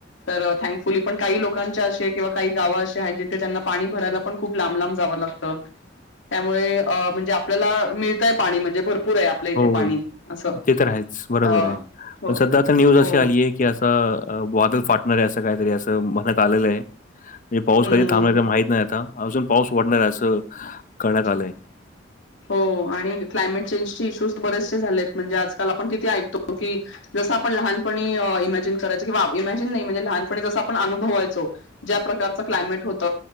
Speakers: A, on the left; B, on the left.
A: तर थँकफुली, पण काही लोकांच्या अशे किंवा काही गाव अशे अस आहेत, जिथे त्यांना पाणी भरायला पण खूप लांब- लांब जावं लागतं. त्यामुळे म्हणजे आपल्याला मिळतंय पाणी म्हणजे भरपूर आहे आपल्या इथे.
B: हो
A: पाणी असं.
B: ते तर आहेच, बरोबर
A: अ
B: हाय
A: हो
B: पण सध्या आता न्यूज अशी
A: हो
B: आलीय की असं वादल फाटणार आहे, असं काहीतरी असं म्हणत आलेलं आहे. म्हणजे पाऊस
A: हम्म
B: कधी थांबणार माहित नाही आता, अजून पाऊस वाढणार आहे असं
A: <unintelligible>
B: करण्यात आलंय.
A: हो, आणि क्लायमेट चेंज चे इशूज बरेचसे झालेत म्हणजे आजकाल आपण तिथे ऐकतो की जसं आपण लहानपणी इमॅजिन करायचो कि, इमॅजिन नाही म्हणजे लहानपणी जसं आपण अनुभवायचो ज्या प्रकारचं क्लायमेट होत,